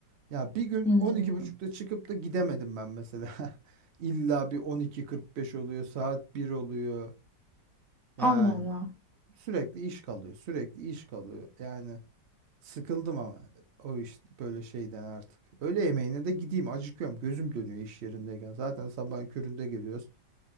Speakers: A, on the right (about 80°); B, in the centre.
A: Ya bir gün
B: Hmm,
A: 12.30'da çıkıp da gidemedim ben mesela. <laughs> İlla bir 12.45 oluyor, saat bir oluyor. Yani
B: Allah Allah.
A: sürekli iş kalıyor, sürekli iş kalıyor. Yani sıkıldım ama o iş böyle şeyden artık. Öğle yemeğine de gideyim acıkıyorum. Gözüm dönüyor iş yerindeyken. Zaten sabahın köründe geliyoruz.